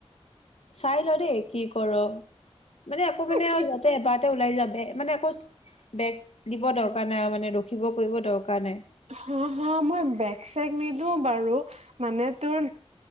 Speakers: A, on the left (about 70°); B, on the right (about 85°).
A: চাই লো দেই কি কৰো মানে আকৌ মানে
B: কি
A: আৰু যাতে এবাৰতে ওলাই যাব মানে আকৌ বেক দিব দৰকাৰ নাই আৰু মানে ৰখিব কৰিব দৰকাৰ নাই।
B: হা হা মই বেগ-চেগ নিদিওঁ বাৰু মানে তোৰ